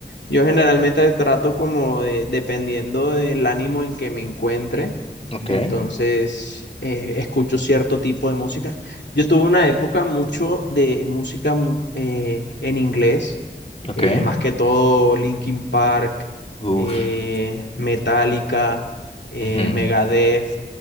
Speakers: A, on the left; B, on the left.
A: Yo generalmente trato como de, dependiendo del ánimo en que me encuentre,
B: ok,
A: entonces eh, escucho cierto tipo de música. Yo tuve una época mucho de música mu- eh, en inglés,
B: ok.
A: eh, más que todo Linkin Park,
B: Uf,
A: eh, Metallica, eh,
B: ujú,
A: Megadeth,